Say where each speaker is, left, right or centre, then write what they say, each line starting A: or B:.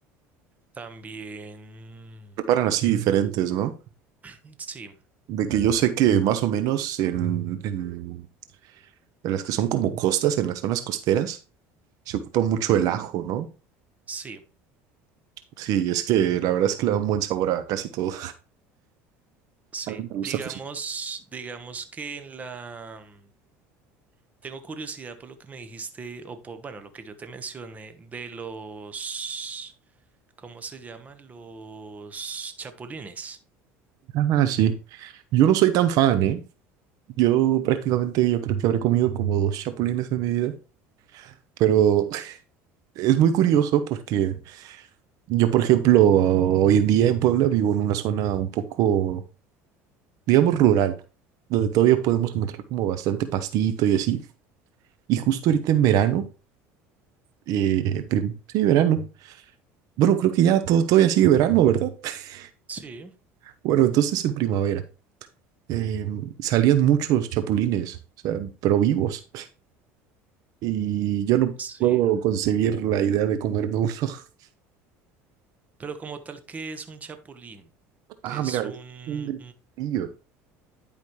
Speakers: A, on the right; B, on the right.
A: también,
B: Preparan así diferentes, ¿no?
A: <clears throat> sí,
B: De que yo sé que más o menos en, en, en las que son como costas, en las zonas costeras, se ocupa mucho el ajo, ¿no?
A: sí.
B: Sí, es que la verdad es que le da un buen sabor a casi todo.
A: Sí,
B: A mí me gusta
A: digamos,
B: cocinar.
A: digamos que en la... mm, Tengo curiosidad por lo que me dijiste, o por, bueno, lo que yo te mencioné de los, ¿cómo se llaman? Los chapulines.
B: Ah, sí. Yo no soy tan fan, ¿eh? Yo prácticamente yo creo que habré comido como dos chapulines en mi vida, pero <laughs> es muy curioso porque yo, por ejemplo, hoy en día en Puebla vivo en una zona un poco, digamos, rural, donde todavía podemos encontrar como bastante pastito y así. Y justo ahorita en verano, eh, prim- sí, verano. Bueno, creo que ya todo, todavía sigue verano, ¿verdad? <laughs>
A: Sí,
B: Bueno, entonces en primavera. eh, salían muchos chapulines, o sea, pero vivos. y yo no
A: sí.
B: puedo concebir la idea de comerme uno. <laughs>
A: Pero como tal, ¿qué es un chapulín?
B: Ah,
A: Es
B: mira,
A: un...
B: es un grillo.